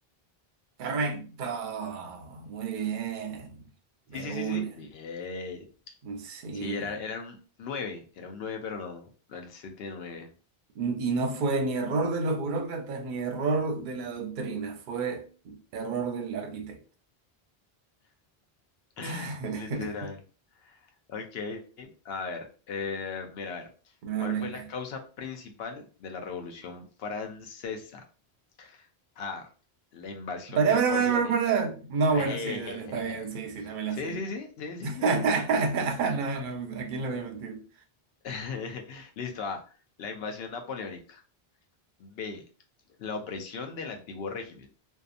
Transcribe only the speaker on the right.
Correcto, muy bien, de
una,
Mm, sí.
Mm, Y no fue ni error de los burócratas ni error de la doctrina, fue error del arquitecto.
<laughs>
Me
venga.
Pará,
pará, pará, pará, pará. No,
bueno, sí, dale, está bien, sí, sí, no la
sé.
<laughs>
No, no, ¿a quién le voy a mentir?